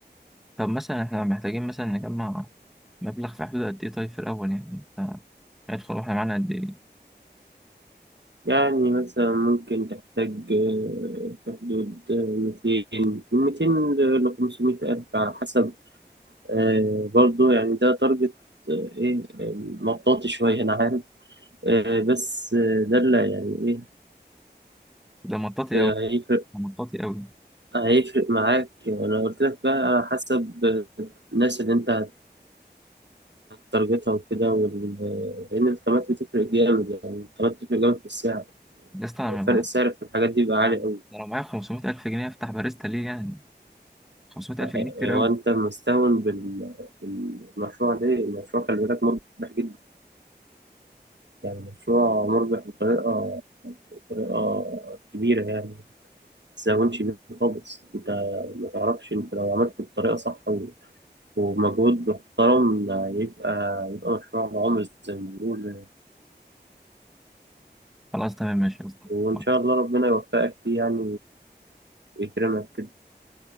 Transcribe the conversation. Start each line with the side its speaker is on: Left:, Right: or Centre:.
Centre: طب مثلا احنا محتاجين مثلا نجمع مبلغ في حدود قد ايه طيب في الاول يعني انت هيدخل واحنا معانا قد ايه
Right: يعني مثلا ممكن تحتاج آه، في حدود آه، 200 من 200 ل 500 ألف على حسب آه، برضو يعني ده تارجت آه، إيه آه، مطاطي شوية أنا عارف آه، بس آه، ده اللي يعني إيه
Centre: ده مطاطي
Right: هيفرق
Centre: قوي ده مطاطي قوي
Right: هيفرق معاك يعني أنا قلت لك بقى على حسب آه، الناس اللي أنت تارجتها وكده وال... لأن الخامات بتفرق جامد يعني الخامات بتفرق جامد في السعر
Centre: يا اسطى انا ما-
Right: فرق السعر في الحاجات دي بيبقى عالي
Centre: أنا-
Right: أوي
Centre: أنا لو معايا 500 الف جنيه افتح باريستا ليه يعني 500 الف
Right: يعني
Centre: جنيه كتير قوي
Right: هو أنت مستهون بال... بالمشروع ده المشروع خلي بالك مربح جدا يعني مشروع مربح بطريقة بطريقة كبيرة يعني ما تستهونش بيه خالص أنت ما تعرفش أنت لو عملته بطريقة صح و... ومجهود محترم يبقى يبقى مشروع عمر زي ما بنقول
Centre: خلاص تمام ماشي يا اسطى
Right: وإن
Centre: خلاص
Right: شاء الله ربنا يوفقك فيه يعني ويكرمك كده